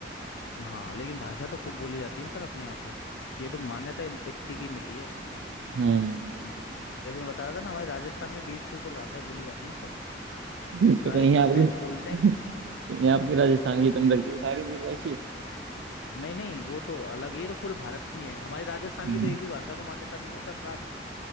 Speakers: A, on the left (about 85°); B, on the right (about 80°).
A: हाँ लेकिन भाषा तो खूब बोली जाती है सर अपने यहाँ पे ये तो मान्यता इन- इतनी की मिली है
B: हम्म
A: जैसे मैं बता रहा था ना हमारे राजस्थान में बीस से ऊपर भाषाएं बोली जाती हैं सर
B: <laughs> तो
A: राजस्थान
B: कहीं आप <laughs>
A: में ऐसे बोलते हैं
B: ये आपकी राजस्थान की तंदुरुस्ती रख दी उठा के बीस बाईस ही
A: नहीं नहीं वो तो अलग ये तो पूरे भारत की है हमारी राजस्थान
B: हम्म
A: की तो एक भी भाषा को मान्यता नहीं है सर प्राप्त